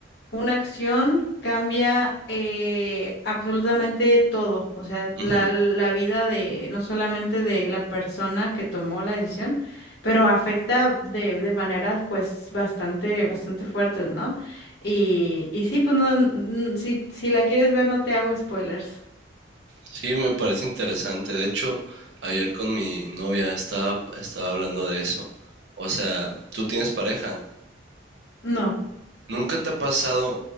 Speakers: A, on the left; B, on the right.
A: una acción cambia eh, absolutamente todo, o sea,
B: Ujú.
A: la, la vida de no solamente de la persona que tomó la decisión, pero afecta de, de maneras pues bastante, bastante fuertes, ¿no? Y, y sí, pues no, n- si, si la quieres ver no te hago spoilers.
B: Sí, me parece interesante. De hecho, ayer con mi novia estaba, estaba hablando de eso. O sea, ¿tú tienes pareja?
A: No.
B: ¿Nunca te ha pasado